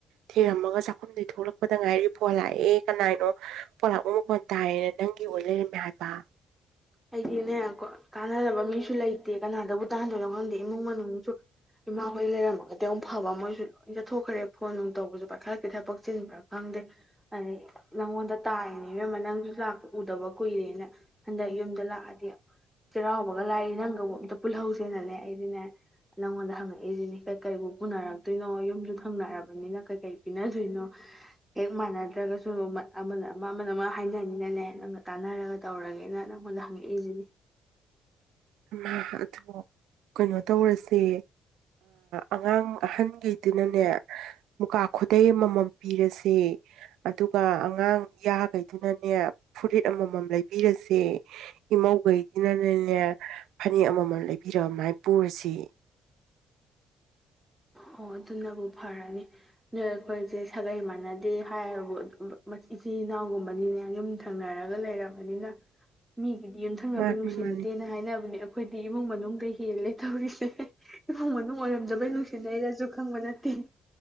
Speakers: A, on the right (about 85°); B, in the centre.
A: ꯊꯨꯔꯝꯃꯒ ꯆꯥꯛꯈꯨꯝꯗꯩꯩ ꯊꯣꯛꯂꯛꯄꯗ ꯉꯥꯏꯔꯤ ꯐꯣꯟ ꯂꯥꯛꯑꯦ ꯀꯅꯥꯅꯣ ꯐꯣꯟ ꯂꯥꯛꯄ ꯃꯈꯣꯟ ꯇꯥꯏꯌꯦꯅ ꯅꯪꯒꯤ ꯑꯣꯏ ꯂꯩꯔꯝꯃꯦ ꯍꯥꯏꯕ
B: ꯑꯩꯗꯤꯅꯦ ꯇꯥꯟꯅꯔꯕ ꯃꯤꯁꯨ ꯂꯩꯇꯦ ꯀꯅꯥꯗꯕꯨ ꯇꯥꯟꯅꯗꯣꯏꯅꯣ ꯈꯪꯗꯦ ꯏꯃꯨꯡ ꯃꯅꯨꯡꯁꯨ ꯏꯃꯥꯍꯣꯏ ꯂꯩꯔꯝꯃꯒꯗꯤ ꯑꯃꯨꯛ ꯐꯕ ꯃꯣꯏꯁꯨ ꯂꯣꯏ ꯆꯠꯊꯣꯛꯈ꯭ꯔꯦ ꯐꯣꯟ ꯅꯨꯡ ꯇꯧꯕꯁꯨ ꯄꯥꯏꯈꯠꯂꯛ ꯀꯩꯊꯛꯄꯛ ꯆꯤꯟꯕ꯭ꯔꯥ ꯈꯪꯗꯦ ꯑꯗꯒꯤ ꯅꯉꯣꯟꯗ ꯇꯥꯏꯅꯦ ꯏꯅꯝꯃ ꯂꯥꯛꯄ ꯎꯗꯕ ꯀꯨꯏꯔꯦꯅ ꯍꯟꯗꯛ ꯌꯨꯝ ꯂꯥꯛꯑꯗꯤ ꯆꯩꯔꯥꯎꯕꯒ ꯂꯥꯏꯔꯤ ꯅꯪꯒꯕꯨ ꯑꯝꯇ ꯄꯨꯜꯍꯧꯁꯦꯅꯅꯦ ꯑꯩꯗꯤꯅꯦ ꯅꯪꯉꯣꯟꯗ ꯍꯪꯉꯛꯏꯁꯤꯅꯦ ꯀ ꯀꯩ ꯄꯨꯅꯔꯛꯇꯣꯏꯅꯣ ꯌꯨꯝꯁꯨ ꯊꯪꯅꯔꯕꯅꯤꯅ ꯀꯩꯀꯩ ꯄꯤꯅꯗꯣꯏꯅꯣ ꯍꯦꯛ ꯃꯥꯟꯅꯗ꯭ꯔꯒꯁꯨ ꯑꯃꯅ ꯑꯃ ꯑꯃꯅ ꯑꯃ ꯍꯥꯏꯅꯅꯤꯅꯅꯦ ꯅ ꯇꯥꯟꯅꯔꯒ ꯇꯧꯔꯒꯦꯅ ꯅꯪꯉꯣꯟꯗ ꯍꯪꯉꯛꯏꯁꯤꯅꯦ
A: ꯏꯃꯥ ꯑꯗꯣ ꯀꯩꯅꯣ ꯇꯧꯔꯁꯦ ꯑꯉꯥꯡ ꯑꯍꯟꯈꯩꯗꯨꯅꯅꯦ ꯃꯨꯀꯥ ꯈꯨꯗꯩ ꯑꯃꯃꯝ ꯄꯤꯔꯁꯦ ꯑꯗꯨꯒ ꯑꯉꯥꯡ ꯏꯌꯥꯈꯩꯗꯨꯅꯅꯦ ꯐꯨꯔꯤꯠ ꯑꯃꯃꯝ ꯂꯩꯕꯤꯔꯁꯦ ꯏꯃꯧꯈꯩꯗꯨꯅꯅꯦ ꯐꯅꯦꯛ ꯑꯃꯃꯝ ꯂꯩꯕꯤꯔꯕ ꯑꯃꯥꯏꯅ ꯄꯨꯔꯁꯦ
B: ꯑꯣ ꯑꯗꯨꯅꯕꯨ ꯐꯔꯅꯤ ꯅꯣꯏ ꯑꯩꯈꯣꯏꯁꯦ ꯁꯥꯒꯩ ꯃꯥꯟꯅꯗꯦ ꯍꯥꯏꯕꯨ ꯏꯆꯤꯜ ꯏꯅꯥꯎꯒꯨꯝꯕꯅꯤꯅ ꯌꯨꯝ ꯊꯪꯅꯔꯒ ꯂꯩꯔꯕꯅꯤꯅ ꯃꯤ ꯑꯗꯨꯗꯤ ꯌꯨꯝꯊꯪꯅꯕ
A: ꯃꯥꯅꯤ
B: ꯅꯨꯡꯁꯤꯅꯗꯦꯅ
A: ꯃꯥꯅꯤ
B: ꯍꯥꯏꯅꯕꯅꯦ ꯑꯩꯈꯣꯏꯗꯤ ꯏꯃꯨꯡ ꯃꯅꯨꯡ ꯍꯦꯜꯂꯦ ꯊꯧꯔꯤꯁꯦ ꯏꯃꯨꯡ ꯃꯅꯨꯡ ꯑꯣꯏ ꯑꯣꯏꯔꯝꯗꯕꯩ ꯅꯨꯡꯁꯤꯅꯩꯔꯁꯨ ꯈꯪꯗꯦ